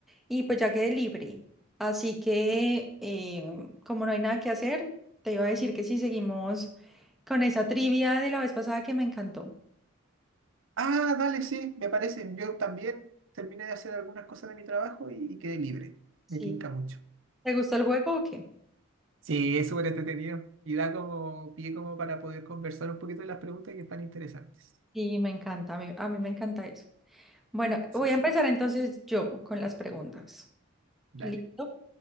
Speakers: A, in the centre; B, on the right (about 65°).
A: y pues ya quedé libre. Así que eh, como no hay nada que hacer, te iba a decir que sí, seguimos con esa trivia de la vez pasada que me encantó.
B: Ah, dale, sí, me parece. Yo también terminé de hacer algunas cosas de mi trabajo y, y quedé libre.
A: Sí,
B: Me tinca mucho.
A: ¿Te gustó el juego o qué?
B: Sí, es súper entretenido y da como pie como para poder conversar un poquito de las preguntas que están interesantes.
A: Sí, me encanta, a mí, a mí me encanta eso. Bueno,
B: Sí,
A: voy a empezar entonces yo con las preguntas.
B: dale.
A: ¿Listo?